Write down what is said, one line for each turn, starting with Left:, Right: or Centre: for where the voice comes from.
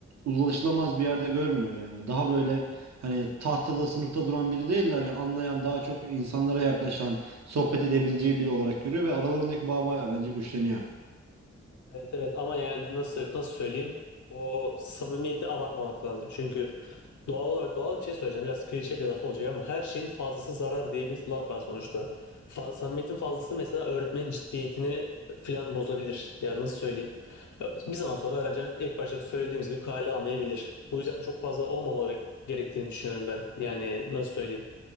Right: ulaşılamaz bir yerde görmüyor yani. Daha böyle hani tahtada sınıfta duran biri değil de hani anlayan daha çok insanlara yaklaşan sohbet edebileceği biri olarak görüyor ve aralarındaki bağ bayağı bence güçleniyor.
Left: Evet evet ama yani nasıl nasıl söyleyeyim? O samimiyeti abartmamak lazım. Çünkü doğal olarak doğal bir şey söyleyeceğim. Biraz klişe bir laf olacak ama her şeyin fazlası zarar diye bir laf var sonuçta. Fa samimiyetin fazlası mesela öğretmenin ciddiyetini filan bozabilir. Yani nasıl söyleyeyim? Bir zaman sonra öğrenciler ilk başta söylediğimiz gibi kale almayabilir. Bu yüzden çok fazla olmamaları gerektiğini düşünüyorum ben. Yani nasıl söyleyeyim?